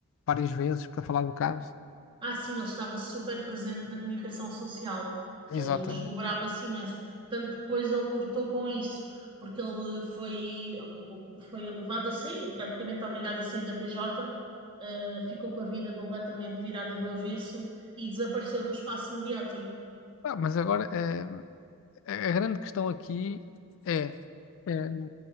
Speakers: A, on the left; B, on the right.
A: várias vezes para falar do caso.
B: Ah, sim, ele estava super presente na comunicação social.
A: Exatamente.
B: Eh, Ele desdobrava-se imenso. Tanto que depois ele cortou com isso, porque ele foi, foi levado a sair, praticamente obrigado a sair da PJ, eh, ficou com a vida completamente virada do avesso e desapareceu do espaço mediático.
A: Ah, mas agora eh, a a grande questão aqui é, eh,